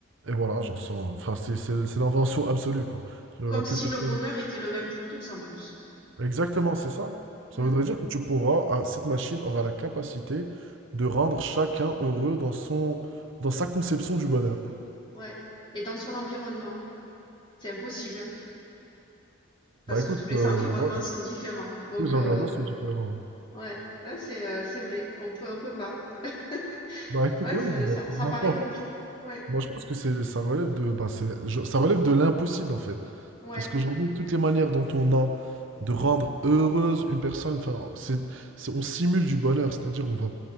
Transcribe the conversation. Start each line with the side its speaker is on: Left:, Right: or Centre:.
Right: Et voilà, j'en sens. Enfin, c'est c'est- c'est l'invention absolue, quoi. Il
Left: Comme
Right: n'y aura plus
Left: si
Right: personne
Left: le bonheur était le même pour tous, en plus.
Right: Exactement, c'est ça. Ça
Left: Mm.
Right: voudrait dire que tu pourras, ah, cette machine aura la capacité de rendre chacun heureux dans son, dans sa conception du bonheur.
Left: Ouais. Et dans son environnement. C'est impossible, hein, parce
Right: Bah écoute,
Left: que tous les
Right: euh,
Left: <laughs> environnements
Right: voilà,
Left: sont différents. Donc,
Right: tous les
Left: euh,
Right: environnements sont différents.
Left: Ouais, ouais, c'est euh, c'est vrai, on peut on peut pas. <laughs>
Right: Bah écoute,
Left: Ouais,
Right: oui,
Left: ça,
Right: bah,
Left: ça, ça
Right: pour moi,
Left: paraît
Right: je pense,
Left: compliqué. Ouais,
Right: moi, je pense que c'est, ça relève de, bah, c'est- je- ça relève de l'impossible en fait.
Left: ouais.
Right: Parce qu'aujourd'hui, toutes les manières dont on a de rendre heureuse une personne, enfin, c'est, c'est- on simule du bonheur, c'est-à-dire on va